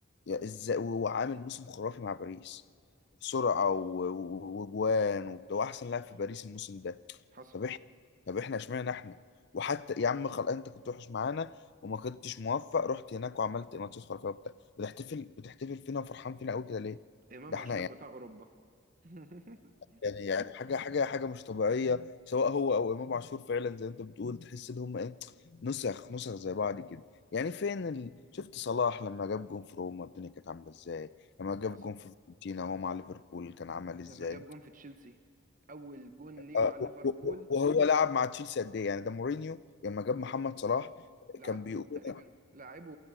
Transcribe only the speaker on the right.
حصل
امام
عاشور
بتاع اوروبا <laughs>
حصل
لما جاب جون في تشيلسي اول جون ليه
مع ليفربول
لعبه
تقريبا لعبه